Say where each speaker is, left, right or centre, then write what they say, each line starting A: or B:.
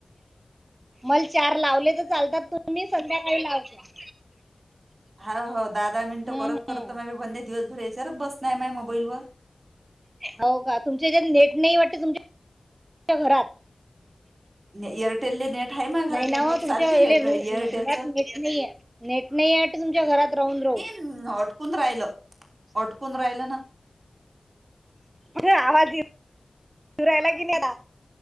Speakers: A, on the right; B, on the right.
A: मल चार लावले तर चालतात तर तुम्ही संध्याकाळी लावता
B: हा हो, दहा दहा मिनिटं
A: हम्म,
B: करत
A: हम्म.
B: करत मा बंद्या दिवसभर याच्यावरच बसलाय माया मोबाईल वर.
A: हो का, तुमच्या हाज्यात नेट नाही वाटते तुमच्या च्या घरात.
B: <unintelligible> एअरटेलले नेट आहे मा घरात,
A: नाही
B: नेटवर्क
A: ना हो तुमच्या
B: चालते
A: याले
B: एर
A: रू-
B: एअरटेलचं.
A: घरात नेट नाहीये तुमच्या घरात राहून राहून
B: ह् अटकून राहिलं, अटकून राहिलं ना.
A: कुठे आवाज येत, येऊ रायला की नाहीता.